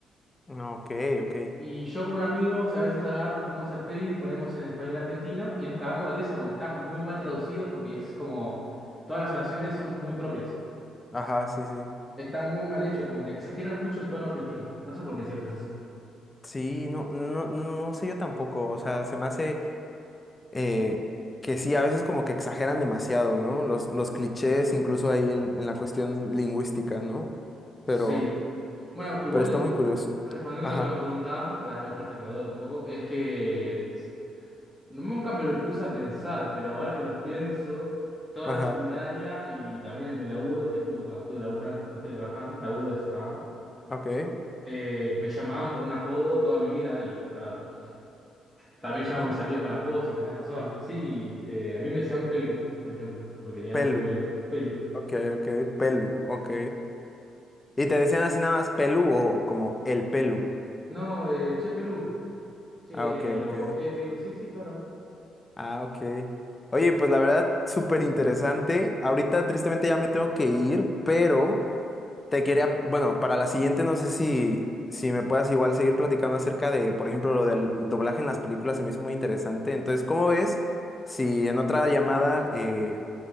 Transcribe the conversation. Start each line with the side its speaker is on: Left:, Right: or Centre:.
Left: Ah, Ok, ok.
Centre: Y yo con amigos a veces agarro, pongo esa peli y ponemos en el español argentino y nos cagamos de risa porque está muy mal traducido, porque es como todas las oraciones son muy propias.
Left: Ajá, sí, sí.
Centre: Está muy mal hecho, como que exageran mucho el tono argentino. No sé por qué siempre es así.
Left: Sí, no, no, no, no sé yo tampoco. O sea, se me hace eh, que sí, a veces como que exageran demasiado, ¿no? Los, los clichés, incluso ahí en, en la cuestión lingüística, ¿no?
Centre: Sí.
Left: Pero,
Centre: Bueno, igual,
Left: pero está muy curioso.
Centre: respondiendo
Left: Ajá,
Centre: a lo que me preguntabas, para no dejarte con la duda tampoco, es que s- no- nunca me lo puse a pensar, pero ahora que lo pienso, toda
Left: ajá,
Centre: la secundaria y también en mi laburo, que estuve, cuando estuve laburando, estoy trabajando, laburo es trabajo,
Left: ok.
Centre: eh, me llamaban por un apodo toda mi vida y claro, también
Left: ujú.
Centre: llamo a mis amigos con apodos y tenés razón. Sí, eh, a mí me decían Pelu, por ejemplo, porque tenía
Left: Pelu.
Centre: mucho pelo. Pelu.
Left: Ok, ok, pelu, ok. ¿Y te decían así nada más pelu o como el pelu?
Centre: No, eh, che, Pelu. Che,
Left: Ah, ok, ok.
Centre: eh, o eh, Pelu, sí, sí, claro.
Left: Ah, ok. Oye, pues la verdad, súper interesante. Ahorita tristemente ya me tengo que ir, pero te quería, bueno, para la siguiente no sé si, si me puedas igual seguir platicando acerca de, por ejemplo, lo del doblaje en las películas, se me hizo muy interesante. Entonces, ¿cómo ves si en otra llamada, eh,